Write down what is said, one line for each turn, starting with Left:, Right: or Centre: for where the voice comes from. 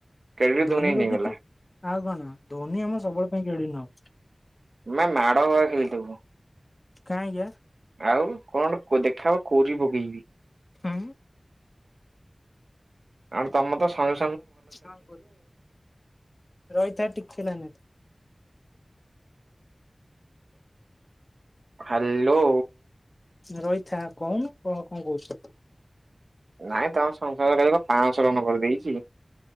Right: କ୍ରେଡିଟ
Left: ଧୋନି କଦି
Right: ନେଇଗଲା
Left: କ୍ର୍ ଆଉ କଣ ଧୋନି ଆମ ସବୁବେଳ ପାଇଁ କ୍ରେଡିଟ ନବ।
Right: ତମେ ମାଡ <unintelligible>
Left: କାଇଁକି ବା?
Right: ଆଉ କଣ ଦେଖା ହେବ କୋରୀ ପକେଇବି।
Left: ହଁ!
Right: ଆଉ ତମ ତ ଶହେ
Left: ହଁ ରହିଥା ଟିକେ ଲାଇନରେ ଥା।
Right: ହ୍ୟାଲୋ।
Left: ରହିଥା କହୁନୁ, କହ କଣ କହୁଛ?
Right: ନାଇଁ ତମ ସଂସାରକାର ପାଁଶହ ରନ୍ କରିଦେଇଛି।